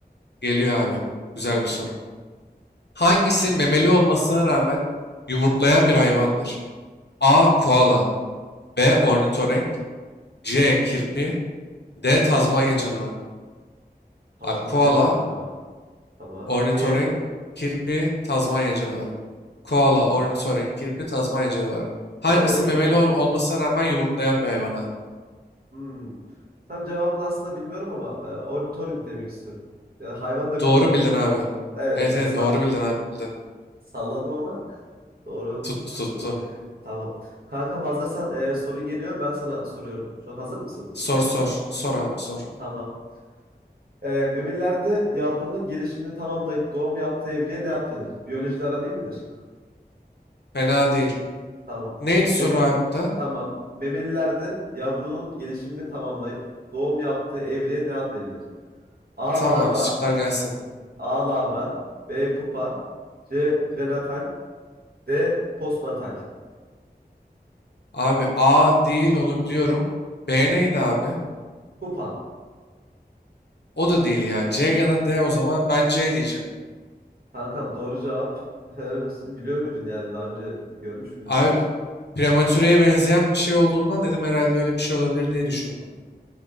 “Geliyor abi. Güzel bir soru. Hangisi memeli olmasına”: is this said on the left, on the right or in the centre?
Left